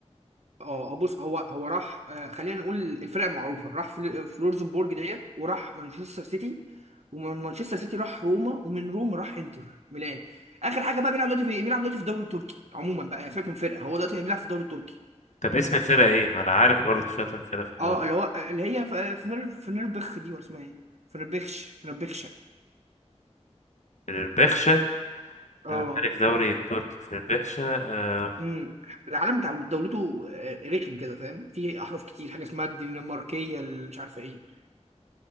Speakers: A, on the right; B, on the left.
A: اه آه، بص هو هو راح آه خلينا نقول الفرق المعروفه راح فل- فلورزبورج ديت وراح مانشستر سيتي ومن مانشستر سيتي راح روما ومن روما راح انتر ميلان اخر حاجه بقى بيلعب دلوقتي في بيلعب دلوقتي في الدوري التركي عموما بقى يعني سيبك من فرقه هو دلوقتي بيلعب في الدوري التركي
B: طب اسم فرقة ايه ما انا عارف برضه شاطر فرقة في الدوري
A: اه اللي هو آه، اللي هي فنربخ دي ولا اسمها ايه فنربخش فنربخش فنربخشه
B: فيربخشة
A: اه
B: لاعب حالي في دوري التركي فيربخشة أه
A: امم العلم بتاع دولته آه، رخم كده فاهم في احرف كتير حاجه اسمها الدنماركيه اللي مش عارفه ايه